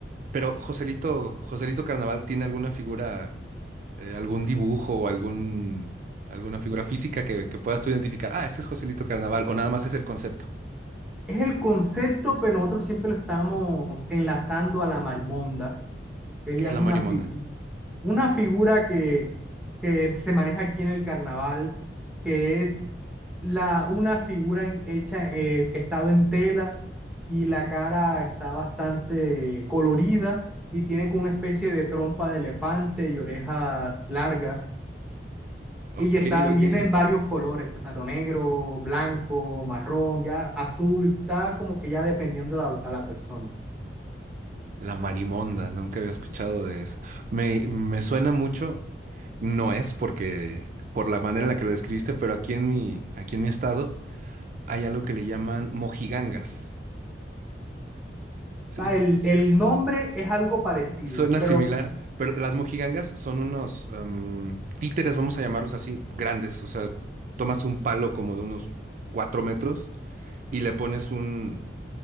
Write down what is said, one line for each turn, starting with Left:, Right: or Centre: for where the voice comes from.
Right: pero Joselito, Joselito Carnaval tiene alguna figura eh, algún dibujo o algún, alguna figura física que, que puedas tú identificar. Ah, este es Joselito Carnaval, o nada más es el concepto,
Centre: Es el concepto, pero nosotros siempre lo estamos enlazando a la marimonda que ella
Right: qué es
Centre: es
Right: la
Centre: una
Right: marimonda.
Centre: figura, una figura que, que se maneja aquí en el carnaval, que es la, una figura en- hecha, eh, estado en tela y la cara está bastante colorida y tiene como una especie de trompa de elefante y orejas largas.
Right: Ok,
Centre: Y ya está, y
Right: ok,
Centre: viene
Right: ok.
Centre: en varios colores, tanto negro, blanco, marrón, ya azul, está como que ya dependiendo la- a la persona. O
Right: La marimonda, nunca había escuchado de eso. Me, me suena mucho, no es porque por la manera en la que lo describiste, pero aquí en mi, aquí en mi estado hay algo que le llaman mojigangas. Sí,
Centre: sea,
Right: pues,
Centre: el, el
Right: s-
Centre: nombre es algo parecido,
Right: Suena
Centre: pero
Right: similar, pero las mojigangas son unos em, títeres, vamos a llamarlos así, grandes. O sea, tomas un palo como de unos cuatro metros y le pones un,